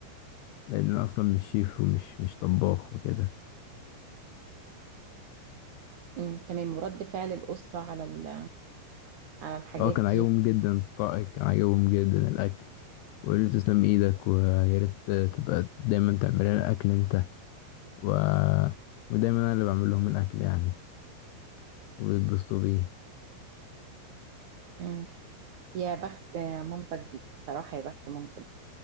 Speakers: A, on the left; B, on the right.
A: لان انا اصلا مش شيف ومش مش طباخ وكده
B: مم. تمام ورد فعل الأسرة على ال- على الحاجات
A: اه كان عاجبهم
B: دي
A: جدا الطاقة كان عاجبهم جدا الاكل وقالوا لي تسلم ايدك ويا ريت تبقى دايما تعمل لنا الاكل انت و... ودايما انا اللي بعمل لهم الاكل يعني ويتبسطوا بيه
B: مم. يا بخت مامتك دي بصراحة يا بخت مامتك